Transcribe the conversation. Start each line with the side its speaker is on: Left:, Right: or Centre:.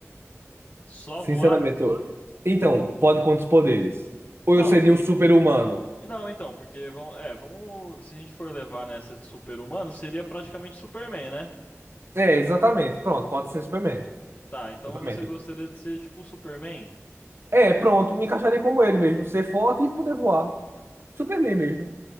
Left: Só
Right: Sinceramente,
Left: voar?
Right: eu... Então, pode quantos poderes? Ou
Left: Não,
Right: eu seria um super-humano?
Left: não, então, porque vão, é, vamos, se a gente for levar nessa de super-humano, seria praticamente Superman, né?
Right: É, exatamente. Pronto, pode ser Superman.
Left: Tá, então
Right: Exatamente.
Left: você gostaria de ser tipo o Superman?
Right: É, pronto, me encaixaria como ele mesmo, ser forte e poder voar. Superman mesmo.